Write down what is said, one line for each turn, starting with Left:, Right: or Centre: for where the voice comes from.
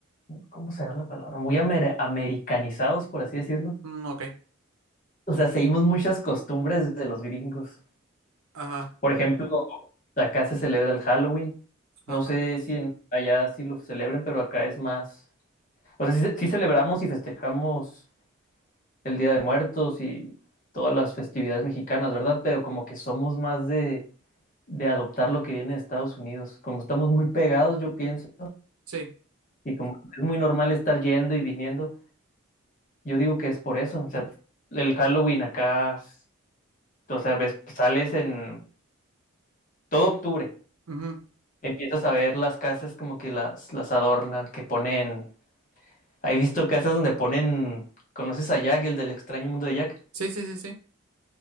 Left: ¿cómo será la palabra? Muy amer- americanizados, por así decirlo.
Right: Mm, ok.
Left: O sea, seguimos muchas costumbres de los gringos.
Right: Ajá,
Left: Por ejemplo, acá se celebra el Halloween.
Right: ajá.
Left: No sé si en- allá sí lo celebren, pero acá es más. O sea, sí, sí celebramos y festejamos el Día de Muertos y todas las festividades mexicanas, ¿verdad? Pero como que somos más de, de adoptar lo que viene de Estados Unidos. Como estamos muy pegados, yo pienso,
Right: Sí.
Left: y como es muy normal estar yendo y viniendo. Yo digo que es por eso. O sea, el Halloween acá, s- o sea, ves, sales en todo octubre.
Right: ujú.
Left: Empiezas a ver las casas como que las, las adornan, que ponen. He visto casas donde ponen, ¿conoces a Jack, el del extraño mundo de Jack?
Right: Sí, sí, sí, sí.